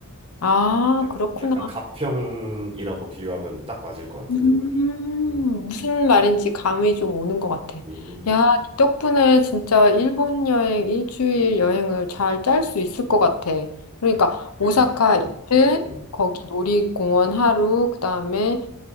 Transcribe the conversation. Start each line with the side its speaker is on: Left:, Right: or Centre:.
Left: 아,
Right: 약-
Left: 그렇구나.
Right: 약간 가평이라고 비유하면 딱 맞을 것 같은데
Left: 음,
Right: 음,
Left: 무슨 말인지 감이 좀 오는 것 같아.
Right: 음
Left: 야, 이 덕분에 진짜 일본 여행, 일주일 여행을 잘 짤 수 있을 것 같아. 그러니까
Right: 그지
Left: 오사카 이틀,
Right: 음, 음,
Left: 거기 놀이공원 하루, 그다음에